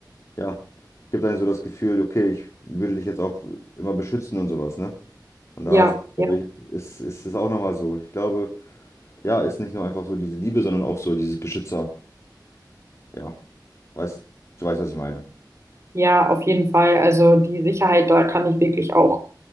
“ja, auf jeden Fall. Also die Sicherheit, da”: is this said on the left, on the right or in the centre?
Right